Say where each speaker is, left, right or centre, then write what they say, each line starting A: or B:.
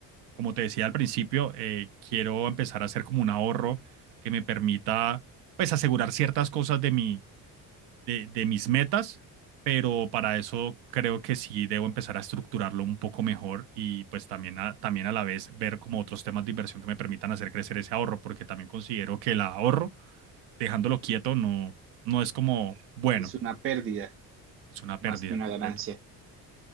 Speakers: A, on the right; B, on the right.
A: como te decía al principio, eh, quiero empezar a hacer como un ahorro que me permita, pues, asegurar ciertas cosas de mi, de, de mis metas, pero para eso creo que sí debo empezar a estructurarlo un poco mejor y pues también a, también a la vez ver como otros temas de inversión que me permitan hacer crecer ese ahorro, porque también considero que el ahorro, dejándolo quieto, no, no es como, bueno,
B: es una pérdida
A: es una
B: más
A: pérdida
B: que una
A: completo.
B: ganancia.